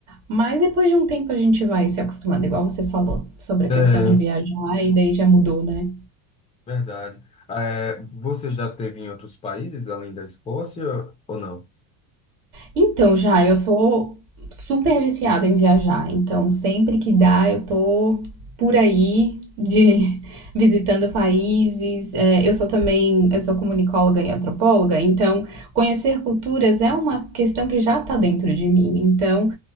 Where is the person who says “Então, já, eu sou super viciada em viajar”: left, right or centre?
Right